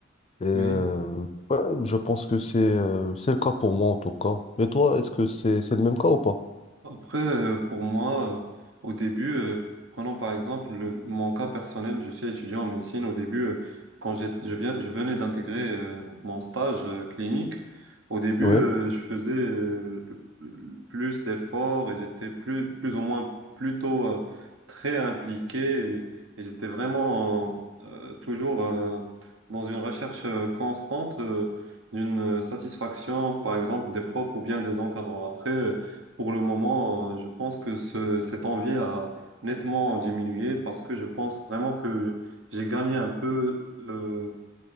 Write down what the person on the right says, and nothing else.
oui.
Après, euh, pour moi, euh, au début, euh, prenons par exemple le- mon cas personnel, je suis étudiant en médecine. Au début, euh, quand j'ai- je viens, je venais d'intégrer euh, mon stage euh, clinique, au début,
euh, je faisais euh, le- plus d'efforts et j'étais plus, plus ou moins plutôt euh, très impliqué et, et j'étais vraiment euh, toujours euh, dans une recherche euh, constante euh, d'une euh, satisfaction, par exemple, des profs ou bien des encadrants. Après, euh, pour le moment, euh, je pense que ce, cette envie a nettement diminué parce que je pense vraiment que j'ai gagné un peu. euh,